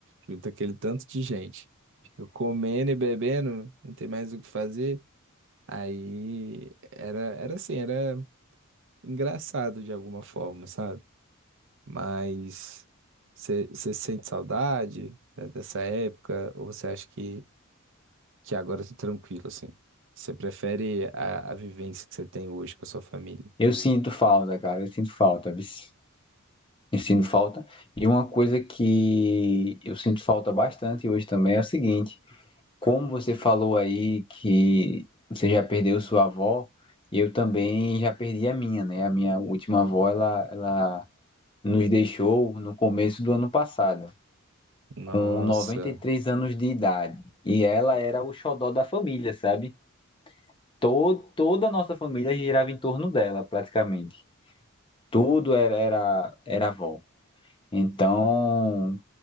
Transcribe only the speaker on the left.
Eu sinto falta, cara, eu sinto falta, vice. eu sinto falta. E uma coisa que eu sinto falta bastante hoje também é o seguinte. Como você falou aí que você já perdeu sua avó, eu também já perdi a minha, né? A minha última avó, ela, ela nos deixou no começo do ano passado,
com 93 anos de idade. E ela era o xodó da família, sabe? Todo, toda a nossa família girava em torno dela, praticamente. Tudo era, era, era avó. Então,